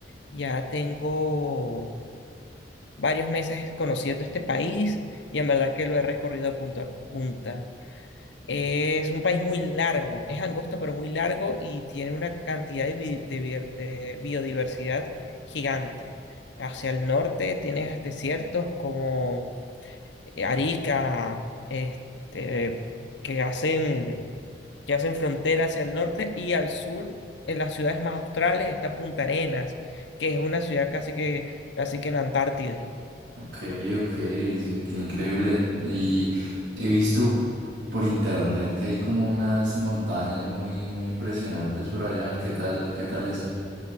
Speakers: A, on the left; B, on the right.
A: Ya tengo varios meses conociendo este país y en verdad que lo he recorrido de punta a punta. Es un país muy largo, es angosto pero muy largo y tiene una cantidad de, bi- de bier- de biodiversidad gigante. Hacia el norte tienes desiertos como Arica, este, que hacen, que hacen frontera hacia el norte y al sur, en las ciudades más australes, está Punta Arenas, que es una ciudad casi que, casi que en la Antártida.
B: Ok, ok, sí, qué increíble. Y he visto por internet que hay como unas montañas muy, muy impresionantes por allá. ¿Qué tal, qué tal eso?